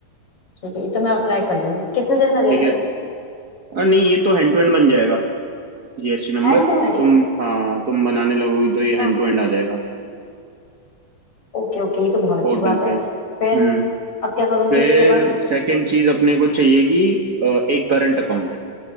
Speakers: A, on the left; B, on the right.
A: ठीक है ये तो मैं अप्लाई कर दूंगी कितने दिन लगेंगे
B: ठीक है और नहीं ये तो हैंड टू हैंड बन जाएगा जीएसटी नंबर
A: Hand to hand
B: तुम हाँ तुम बनाने लगोगी
A: अच्छा
B: तो ये हैंड टू हैंड आ जाएगा
A: ओके ओके ये तो बहुत अच्छी
B: पोर्टल
A: बात है
B: पे हम्म
A: फिर अब क्या करूंगी
B: फिर
A: इसके बाद
B: सेकंड चीज अपने को चाहिएगी अ, एक करंट अकाउंट